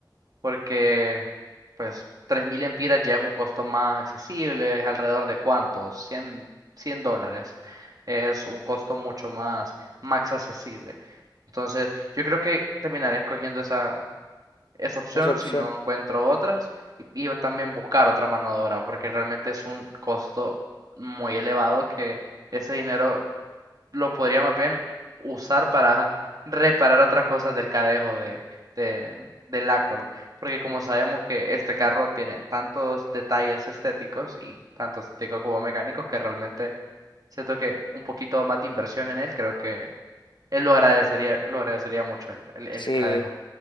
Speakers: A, on the right; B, on the left.
A: Porque, pues, 3.000 empiras ya es un costo más accesible. Es alrededor de cuánto? cien cien dólares. Es un costo mucho más, más accesible. Entonces, yo creo que terminaré escogiendo esa, esa opción
B: esa opción.
A: si no encuentro otras y, y también buscar otra mano de obra porque realmente es un costo muy elevado que ese dinero lo podría más bien usar para reparar otras cosas del cadejo de, de, del Accord porque como sabemos que este carro tiene tantos detalles estéticos y tanto estéticos como mecánicos que realmente siento que un poquito más de inversión en él creo que él lo agradecería lo agradecería mucho el, el, el
B: Sí.
A: cadejo